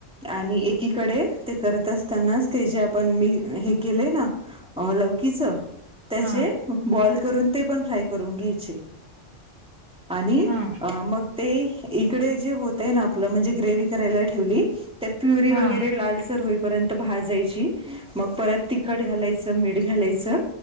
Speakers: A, in the centre; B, on the right (about 60°).
A: आणि एकीकडे ते करत असतानाच ते जे आपण मी हे केलंय ना लौकीच त्याचे
B: हा
A: बॉल करून ते पण फ्राय करून घ्यायचे आणि
B: हा
A: मग ते इकडे जे होतय ना आपलं म्हणजे ग्रेवही करायला ठेवली ते त्यात प्युरी
B: हा
A: वगैरे लालसर होईपर्यंत भाजायची मग परत तिखट घालायचं मीठ घालायचं